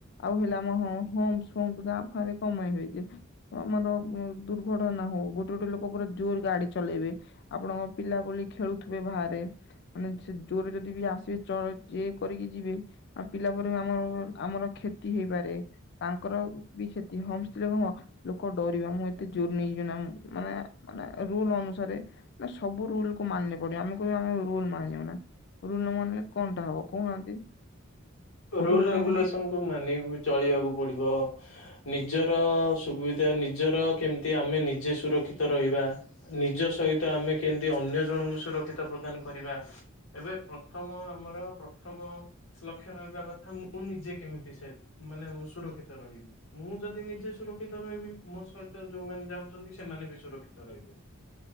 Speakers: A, on the left (about 55°); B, on the left (about 85°).
A: ଆଉ ହେଲା ଆମ ହମ୍ପସ ଫମ୍ପସ ଗାଁ ଫାରେ କମେଇ ଦେଇଚି। ଆମର ଦୁର୍ଘଟନା ହଉ। ଗୋଟେ ଗୋଟେ ଲୋକ ପୁରା ଜୋରେ ଗାଡି ଚଲେଇବେ ଆପଣଙ୍କ ପିଲା ବୋଲି ଖେଳୁଥିବେ ବାହାରେ ମାନେ ସେ ଜୋରେ ଯଦି ବି ଆସିବେ ଚଳ ଇଏ କରିକି ଯିବେ ଆ ପିଲା ପରେ ଆମର ଆମର କ୍ଷତି ହେଇପାରେ ତାଙ୍କର ବି କ୍ଷତି ହମ୍ପସ ଥିଲେ କଣ ଲୋକ ଡରିବେ ମୁଁ ଏତେ ଜୋର ନେଇଯିବି ନା ମାନେ ମାନେ ରୁଲ ଅନୁସାରେ ସବୁ ରୁଲ କୁ ମାନେ ପଡିବ ଆମେ କହିବା ଆମେ ରୁଲ ମାନିବୁନା। ରୁଲ ନ ମାନିଲେ କଣଟା ହବ କହୁନାହାନ୍ତି। ଆଉ
B: ରୁଲ ରେଗୁଲେସନ
A: ମାନେ କି
B: କୁ ମାନି ଚଳିବାକୁ ପଡିବ। ନିଜର ସୁବିଧା ନିଜର କେମତି ଆମେ ନିଜେ ସୁରକ୍ଷିତ ରହିବା। ନିଜ ସହିତ ଆମେ କେମିତି ଅନ୍ୟ ଜଣଙ୍କୁ ସୁରକ୍ଷିତ ପ୍ରଦାନ କରିବା। ଏବେ ପ୍ରଥମ ଆମର ପ୍ରଥମ ଲକ୍ଷ ରହିବା କଥା ମୁଁ ନିଜେ କେମିତି ସେ ମାନେ ସୁରକ୍ଷିତ ରହିବି ମୁଁ ଯଦି ନିଜେ ସୁରକ୍ଷିତ ର ମୋ ସହିତ ଯୋଉମାନେ ଯାଉଛନ୍ତି ସେମାନେ ବି ସୁରକ୍ଷିତ ରହିବେ।